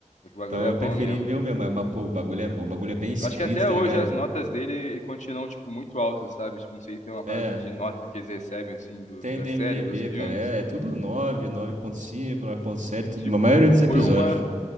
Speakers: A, on the left; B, on the right.
A: O bagulho
B: Então
A: é
B: eu
A: bom
B: preferi
A: mesmo,
B: ver
A: velho.
B: o meu, mas, mas, pô, o bagulho é bom, o bagulho é bem escrito,
A: Acho que até
B: tá
A: hoje
B: ligado?
A: as notas dele continuam, tipo, muito altas, sabe? Tipo, não sei, tem uma
B: É.
A: parada de nota que eles recebem, assim, do,
B: Tem
A: da
B: do MDB,
A: série, dos filmes.
B: cara. É, é tudo 9, 9.5, 9.7,
A: E,
B: tudo-
A: tipo,
B: a maioria
A: foi
B: dos episódios.
A: uma,